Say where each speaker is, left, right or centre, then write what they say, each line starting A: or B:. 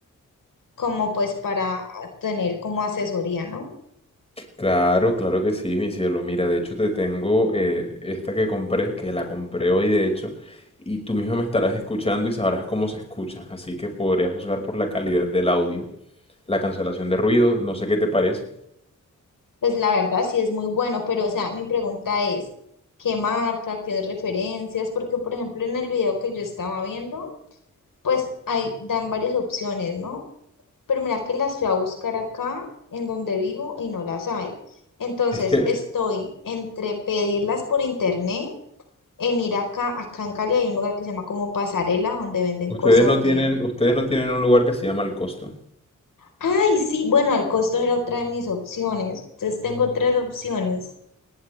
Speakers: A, on the left (about 80°); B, on the left (about 20°).
A: como pues para tener como asesoría, ¿no?
B: Claro, claro que sí, mi cielo. Mira, de hecho te tengo eh, esta que compré, que la compré hoy de hecho, y tú mismo me estarás escuchando y sabrás cómo se escucha, así que podrías juzgar por la calidad del audio, la cancelación de ruido, no sé qué te parece.
A: Pues la verdad sí es muy bueno, pero o sea, mi pregunta es, ¿qué marca, qué referencias? Porque por ejemplo en el video que yo estaba viendo, pues ahí dan varias opciones, ¿no? Pero mira que las fui a buscar acá en donde vivo y no las hay. Entonces
B: Es que
A: estoy entre pedirlas por internet, en ir acá, acá en Cali hay un lugar que se llama como Pasarela, donde venden
B: ustedes
A: cosas
B: no tienen,
A: de...
B: ustedes no tienen un lugar que se llama el costo.
A: Ay, sí, bueno, el costo era otra de mis opciones. Entonces tengo tres opciones.